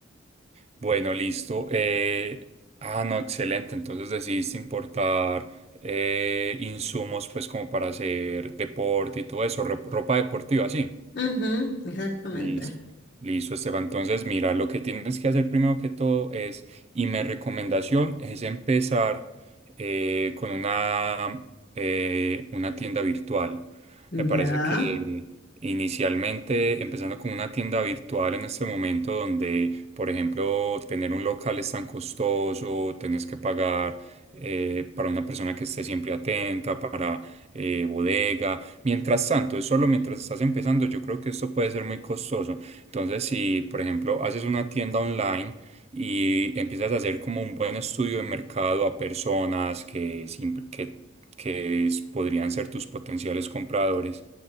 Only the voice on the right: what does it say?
Bueno, listo. Eh, ah, no, excelente. Entonces decidiste importar eh, insumos pues como para hacer deporte y todo eso, ro- ropa deportiva, sí.
Listo. Listo, Esteban. Entonces, mira, lo que tienes que hacer primero que todo es, y mi recomendación es empezar eh, con una, eh, una tienda virtual.
Me parece que inicialmente, empezando con una tienda virtual en este momento donde, por ejemplo, tener un local es tan costoso, tienes que pagar eh, para una persona que esté siempre atenta, para eh, bodega. Mientras tanto, es solo mientras estás empezando, yo creo que esto puede ser muy costoso. Entonces, si, por ejemplo, haces una tienda online y empiezas a hacer como un buen estudio de mercado a personas que, sim- que, que es- podrían ser tus potenciales compradores,